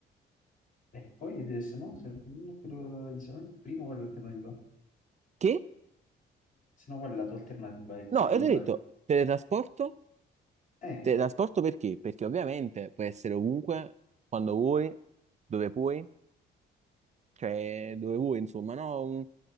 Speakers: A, on the left; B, on the right.
A: E poi se, se no, se, uno per- eh, se no il primo qual è l'alternativa?
B: Che?
A: Se no qual è la tua alternativa? E sono
B: No,
A: i
B: e
A: due.
B: ti ho detto, teletrasporto?
A: Eh,
B: Teletrasporto perché? Perché ovviamente puoi essere ovunque, quando vuoi, dove puoi, cioè dove vuoi, insomma, no? Un-